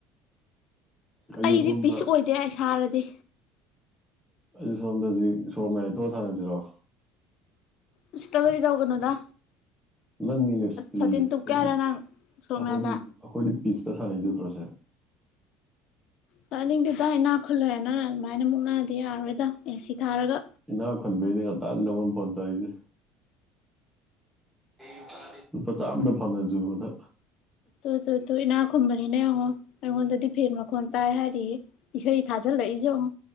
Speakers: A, in the centre; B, on the left.
A: ꯑꯩꯁꯨ
B: ꯑꯩꯗꯤ
A: ꯁꯣꯝꯗ
B: ꯄꯤꯁ ꯑꯣꯏꯗꯦ ꯑꯩ ꯁꯔꯗꯤ
A: ꯑꯩ ꯁꫭꯝꯗ ꯍꯧꯖꯤꯛ ꯁꫭꯔꯛ ꯃꯌꯥꯏ ꯊꫭꯛꯑꯒ ꯁꯅꯥꯁꯤꯔꫭ
B: ꯎꯁꯤꯠꯇꯕꯗꯤ ꯇꯧꯒꯅꯨꯗ
A: ꯅꯪꯅꯤꯅꯦꯁꯤꯗꯤ
B: ꯁꯥꯇꯤꯟ
A: ꯑꯩꯈꯣꯏꯗꯤ
B: ꯇꯨꯞꯀꯦ ꯍꯥꯏꯔ ꯅꯪ ꯁꯣꯔ
A: ꯑꯩꯈꯣꯏꯗꯤ
B: ꯃꯌꯥꯗ
A: ꯑꯩꯈꯣꯏꯗꯤ ꯄꯤꯁꯇ ꯁꯥꯟꯅꯩꯁꯦ ꯎꯗ꯭ꯔꫭ ꯁꯦ
B: ꯇꯅꯤꯡꯗꯦꯗ ꯏꯅꯥꯛ ꯈꯨꯅꯂꯦꯅ ꯑꯗꯨꯃꯥꯏꯅ ꯃꯨꯛꯅꯥꯗꯤ ꯌꯥꯔꯣꯏꯗ ꯑꯦ ꯁꯤ ꯊꯥꯔꯒ
A: ꯏꯅꯥꯛ ꯈꯨꯟꯕꯩꯅꯦ ꯉꯥꯛꯇꯥꯗ ꯅꯉꯣꯟ ꯐꯣꯟ ꯇꯧꯏꯁꯦ <inaudible> ꯂꯨꯄꯥ ꯆꯥꯝꯃꯗ ꯐꯪꯉꯁꯨꯅ
B: <unintelligible> ꯇꯣ ꯏꯅꯥꯛ ꯈꯨꯨꯝꯕꯅꯤꯅ ꯌꯦꯡꯉꯣ ꯑꯩꯉꯣꯟꯗꯗꯤ ꯐꯦꯟ ꯃꯈꯣꯟ ꯇꯥꯏ ꯍꯥꯏꯔꯤꯌꯦ ꯏꯁꯩ ꯊꯥꯖꯤꯜꯂꯛꯏꯁꯦ ꯌꯦꯡꯉꯣ